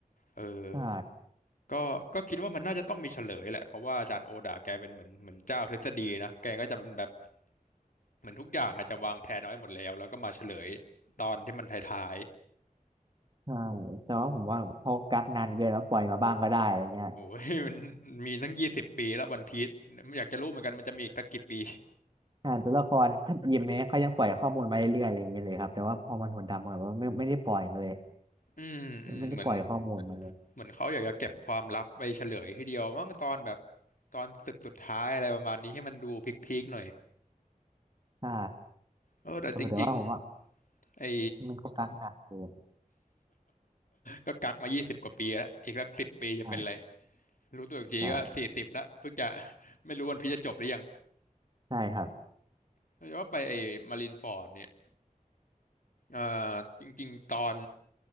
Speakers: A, on the left; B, on the right.
A: เออ
B: ใช่
A: ก็ก็คิดว่ามันน่าจะต้องมีเฉลยแหละเพราะว่าอาจารย์โอดาแกเป็นเหมือนเหมือนเจ้าทฤษฎีนะ แกก็จะเป็นแบบเหมือนทุกอย่างอาจจะวางแผนเอาไว้หมดแล้วแล้วก็มาเฉลยตอนที่มันท้าย
B: ใช่แต่ว่าผมว่าพอกักนานเกินแล้วปล่อยมาบ้างก็ได้อะไรเงี้ย
A: ๆโอ้ย <laughs> มันมีตั้งยี่สิบปีแล้ววันพีซอยากจะรู้เหมือนกันมันจะมีอีกสักกี่ปี
B: อ่านตัวละครท่านเอ็มเนี่ยเขายังปล่อยข้อมูลมาเรื่อยๆอะไรอย่างเงี้ยเลยครับแต่ว่าพอมันหนวดดำอะแบบว่าไม่ไม่ได้ปล่อยมาเลย
A: อืมอืมเหมือน
B: มันไม่ได้ปล่อยข้อมูลมาเลย
A: เหมือนเขาอยากจะเก็บความลับไปเฉลยทีเดียวมั้งตอนแบบตอนศึกสุดท้ายอะไรประมาณนี้ให้มันดูพีคๆหน่อย
B: ใช่
A: เออแต่จริง
B: โอ้โหแต่ว่าผมว่า
A: ๆไอ้
B: มันก็การทำงานเกิน
A: ก็กักมายี่สิบกว่าปีแล้วอีกสักสิบปีจะเป็นไร
B: ใช่
A: รู้ตัวอีกทีก็สี่สิบแล้วเพิ่งจะ
B: ใช่
A: <laughs> ไม่รู้วันพีชจะจบหรือยัง
B: ใช่ครับ
A: แต่ว่าไปไอ้มารินฟอร์ดเนี่ยเอ่อจริงๆตอน